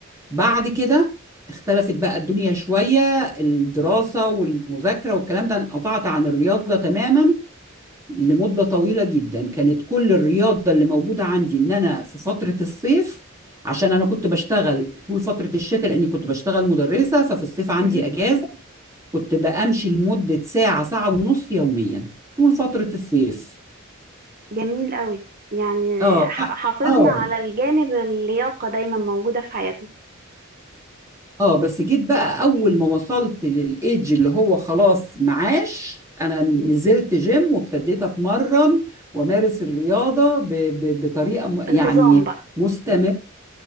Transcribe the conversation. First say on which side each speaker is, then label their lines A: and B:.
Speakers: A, on the right; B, on the right.
A: بعد كده اختلفت بقى الدنيا شويه الدراسه والمذاكره والكلام ده انقطعت عن الرياضه تماما لمدة طويلة جدا كانت كل الرياضة اللي موجودة عندي إن أنا في فترة الصيف عشان أنا كنت بشتغل طول فترة الشتاء لأني كنت بشتغل مدرسة ففي الصيف عندي
B: مهم.
A: أجازة كنت بأمشي لمدة ساعة ساعة ونص يوميا طول فترة الصيف
B: جميل قوي يعني
A: اه
B: ح- حافظنا
A: اه
B: على الجانب اللياقة دايما موجودة في حياتنا
A: اه بس جيت بقى أول ما وصلت للإيدج اللي هو خلاص معاش أنا نزلت جيم وابتديت أتمرن وأمارس الرياضة ب... ب... بطريقة م- يعني
B: بانتظام بقى
A: مستمرة
B: م.